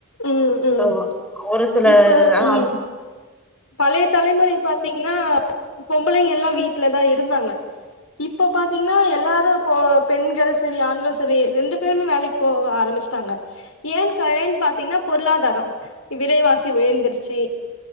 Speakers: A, on the left; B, in the centre.
A: ம் ம்
B: ஆமா ஒரு சில
A: இப்போ
B: ஆனா
A: ம் பழைய தலைமுறை பாத்தீங்கன்னா பொம்பளைங்க எல்லா வீட்டுலதா இருந்தாங்க இப்போ பாத்தீங்ன்னா எல்லாரு இப்போ பெண்கள் சரி ஆண்கள் சரி ரெண்டு பேருமே வேலைக்கு போக ஆரம்பிச்சிட்டாங்க ஏன் ஏன் பாத்தீங்கன்னா பொருளாதாரம் விலைவாசி உயந்துருச்சி